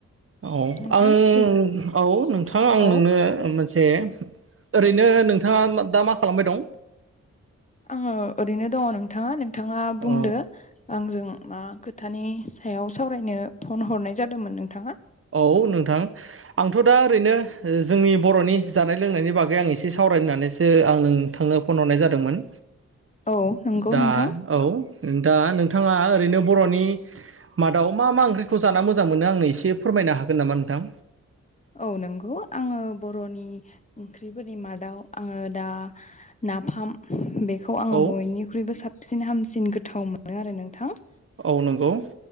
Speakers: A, on the right; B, on the left.
A: औ
B: नोंथां
A: आं
B: बि
A: औ नोंथां आं
B: औ
A: नोंनो मोनसे ए ओरैनो नोंथाङा मा दा मा खालामबाय दं?
B: आङो ओरैनो दङ' नोंथाङा-नोंथाङा बुंदो
A: औ
B: आंजों मा खोथानि सायाव सावरायनो फन हरनाय जादोमोन नोंथाङा?
A: औ नोंथां आंथ' दा ओरैनो ओ जोंनि बर'नि जानाय लोंनायनि बागै आं एसे सावरायनानैसो आं नोंथांनो फन हरनाय जादोंमोन।
B: औ नंगौ
A: दा
B: नोंथां।
A: औ दा नोंथाङा ओरैनो बर'नि मादाव मा - मा ओंख्रिखौ जाना मोजां मोनो आंनो एसे फोरमायनो हागोन नामा नोंथां
B: औ नोंगौ आङो बर'नि ओंख्रिफोरनि मादाव आङो दा नाफाम बेखौ आङो
A: नोंथां
B: बयनिख्रुइबो साबसिन हामसिन गोथाव मोनो आरो नोंथां।
A: औ नंगौ